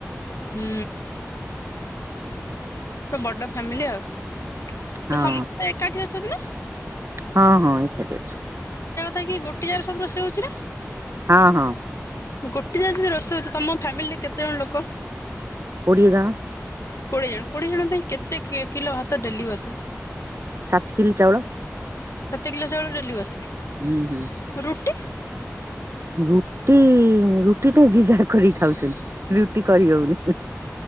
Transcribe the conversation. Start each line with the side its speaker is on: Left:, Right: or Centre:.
Left: ହୁଁ। ତ ବଡ ଫାମିଲି ଆଉ। ତ
Right: ହଁ
Left: ସମସ୍ତେ ଏକାଠି ଅଛନ୍ତି ନା?
Right: ହଁ ହଁ ଏକାଠି ଅଛୁ।
Left: ଥାଇକିି ଗୋଟେ ଜାଗାରେ ସବୁ ରୋଷେଇ ହଉଛି ନା?
Right: ହଁ ହଁ।
Left: ଗୋଟେ ଯଦି ରୋଷେଇ ହୋଉଛି। ତମ ଫ୍ୟାମିଲିରେ କେତେ ଜଣ ଲୋକ?
Right: କୋଡିଏ ଜଣ।
Left: କୋଡିଏ ଜଣ କୋଡିଏ ଜଣ ପାଇଁ କେ କେତେ କିଲୋ ଭାତ ଡେଲି ବସେ?
Right: ସାତ କିଲ ଚାଉଳ।
Left: ସାତ କିଲୋ ଚାଉଳ ଡେଲି ବସେ?
Right: ହୁଁ ହୁଁ
Left: ରୁଟି?
Right: ରୁଟି ରୁଟି ତ ଯେ ଯାହା କରିକି ଖାଉଛନ୍ତି ରୁଟି କରି ହଉନି।